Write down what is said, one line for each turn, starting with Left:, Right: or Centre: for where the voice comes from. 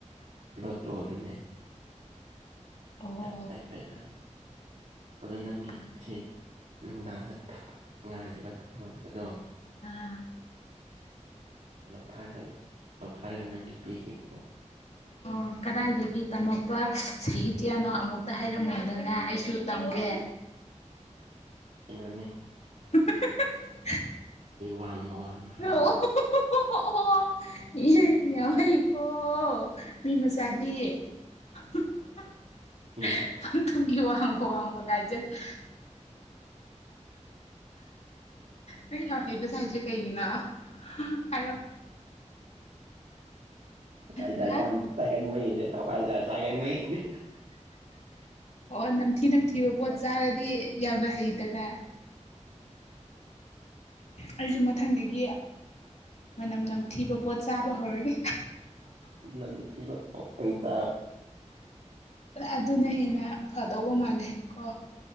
Right: ꯄ꯭ꯂꯣꯇꯣꯗꯨꯅꯦ
Left: ꯑꯣ
Right: ꯌꯥꯝ ꯇꯥꯏꯈ꯭ꯔꯦꯖꯍꯅꯤ ꯑꯗꯨ ꯅꯪꯒꯤ
Left: ꯌꯥꯝ ꯐꯩ
Right: ꯑꯁꯤ ꯅꯨꯡꯗꯥꯡꯗ ꯉꯥꯜꯂꯤꯕ ꯊꯥ ꯃꯝꯕꯗꯣ
Left: ꯑꯥ
Right: ꯂꯧꯊꯥ <unintelligible> ꯂꯧꯊꯥꯔꯒ ꯅꯪꯒꯤ ꯄꯤꯈꯤꯀꯣ
Left: ꯑꯣ ꯀꯗꯥꯏꯗꯒꯤ ꯇꯝꯃꯛꯄ ꯁꯍꯤꯇ꯭ꯌꯥꯅꯣ ꯑꯃꯨꯛꯇ ꯍꯥꯏꯔꯝꯃꯨꯗꯅ ꯑꯩꯁꯨ ꯇꯝꯒꯦ ꯍꯦ
Right: ꯏꯩꯅꯣꯟꯅꯦ
Left: <unintelligible>
Right: ꯋꯥꯡꯃ ꯋꯥꯡꯃ ꯍꯥꯏꯕꯗꯣ
Left: ꯑꯣ ꯍꯣ ꯑꯣ ꯌꯥꯝ ꯍꯩꯀꯣ ꯃꯤ ꯃꯆꯥꯗꯤ <unintelligible>
Right: ꯃꯤ
Left: ꯄꯥꯟ ꯊꯨꯝꯒꯤꯈꯤꯕ ꯋꯥꯍꯪꯈꯣ ꯋꯥꯪꯕ ꯉꯥꯏꯖꯠ <unintelligible> ꯅꯪ ꯌꯥꯝ ꯍꯩꯕꯁ ꯍꯥꯏꯁꯦ ꯀꯩꯒꯤꯅꯣ ꯍꯥꯏꯔꯣ
Right: ꯄꯥꯏꯖꯔ
Left: ꯍꯥ
Right: ꯆ ꯆꯒ ꯃꯅꯦ ꯄꯥꯏꯖꯔ ꯆꯒ ꯃꯅꯦ
Left: ꯑꯣ ꯅꯝꯊꯤ ꯅꯝꯊꯤꯕ ꯄꯣꯠ ꯆꯥꯔꯗꯤ ꯌꯥꯝꯅ ꯍꯩꯗꯅ
Right: ꯎꯝ
Left: ꯑꯩꯁꯨ ꯃꯊꯪꯗꯒꯤ ꯃꯅꯝ ꯅꯝꯊꯤꯕ ꯄꯣꯠ ꯆꯥꯕ ꯍꯧꯔꯒꯦ
Right: ꯅ ꯐ ꯆꯥ
Left: ꯑꯗꯨꯅ ꯍꯦꯟꯅ ꯐꯗꯧꯕ ꯃꯥꯜꯂꯦ ꯀꯣ